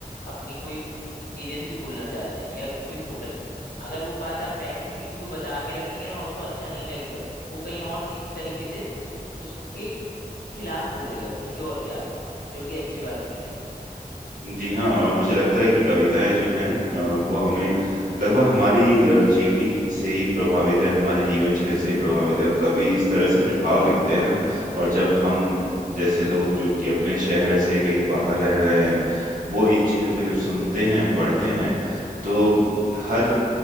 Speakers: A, on the left; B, on the right.
A: अपनी कोई एजेंसी खोलना चाहते हैं या कोई होटल अगर वो बात आप पहले से किसी को बता के रखेंगे ना और उसको अच्छा नहीं लगेगा वो कहीं और किसी तरीके से उसके खिलाफ बोलेगा किसी और के आगे जो कि अच्छी बात नहीं है
B: जी हाँ और मुझे लगता है कि कविताएं जो हैं अ, वो हमें लगभग हमारी अ, जीवनी से ही प्रभावित है हमारी जीवन शैली से ही प्रभावित है और कवि इस तरह से जो भाव लिखते हैं ना और जब हम जैसे लोग जो कि अपने शहर से कहीं बाहर रह रहे हैं वो इन चीज़ों को जब सुनते हैं पढ़ते हैं तो हर